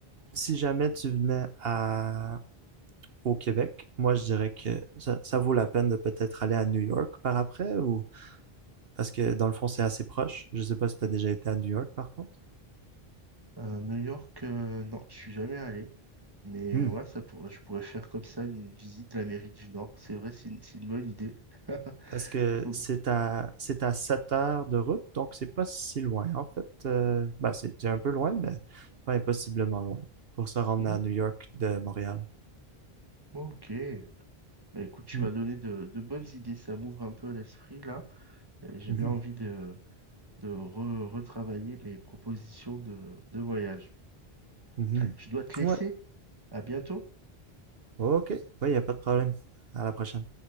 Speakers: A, on the right; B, on the right.
A: si jamais tu venais à au Québec, moi je dirais que ça, ça vaut la peine de peut-être aller à New York par après ou parce que dans le fond c'est assez proche. Je sais pas si tu as déjà été à New York par contre.
B: Euh, New York, euh, non, je suis jamais allé. Mais
A: Hmm.
B: ouais, ça pourrait, je pourrais faire comme ça une visite de l'Amérique du Nord. C'est vrai, c'est une, c'est une bonne idée. <laughs>
A: Parce que
B: Faut-
A: c'est à c'est à 7 heures de route, donc c'est pas si loin en fait. Euh, ben, c'est c'est un peu loin, mais pas impossiblement loin pour se rendre
B: Hmm,
A: à New York de Montréal.
B: ok. Bah écoute, tu
A: Hmm.
B: m'as donné de, de bonnes idées. Ça m'ouvre un peu l'esprit là. Et J'ai
A: Mhm.
B: bien envie de, de re- retravailler mes propositions de, de voyage.
A: Mhm.
B: Je dois te laisser.
A: Ouais.
B: À bientôt.
A: OK. Ouais, y a pas de problème. À la prochaine.